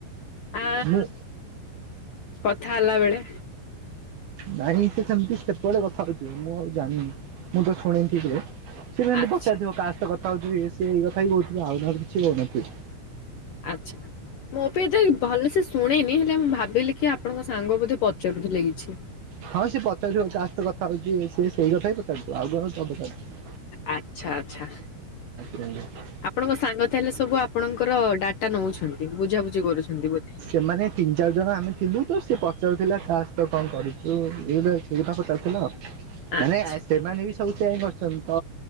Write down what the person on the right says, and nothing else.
ନ
ନାଇଁ ସେ ସେମିତି ସେପଟେ କଥା ହଉଥିବ। ମୁଁ ଆଉ ଜାଣିନି ମୁଁ ତ ଶୁଣିନି ଠିକରେ। ସେ ଏମିତି
ପଚାରିଥିବ କାହା ସହିତ କଥା ହଉଚୁ କି ଇଏ ସିଏ ଏଇ କଥା ହିଁ କହୁଥିଲା ଆଉ ନହେଲେ କିଛି କହୁନଥିଲା?
ହଁ ସିଏ ପଚାରୁଥିବ କାହା ସହ କଥା ହଉଛି ସ ସେଇ କଥା ହି ପଚାରୁଥିବ ଆଉ କଣ ପଚାରୁଛୁ?
ନାଇଁ
ଏମାନେ ତିନି ଚାରି ଜଣ ଆମେ ଥିଲୁ ତ ସେ ପଚାରୁଥିଲା କା ସହିତ କଣ କରିଚୁ ଏଇ ଅଥା ସେଇ କଥା ପଚାରୁଥୁଲା ଆଉ। ମାନେ
ଆ ସେମାନେ ବି ସବୁ ସେଇଆ କରଛନ୍ତି ତ,